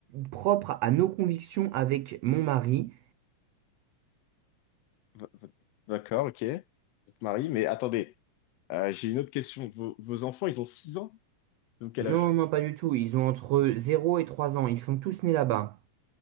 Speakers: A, on the right (about 85°); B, on the left (about 75°).
A: propres à nos convictions avec mon mari.
B: V- v- D'accord, ok. Vous êtes marié, mais attendez. Euh, j'ai une autre question. Vos, vos enfants, ils ont 6 ans? Donc quel
A: Non,
B: âge?
A: non, pas du tout. Ils ont entre zéro et 3 ans. Ils sont tous nés là-bas.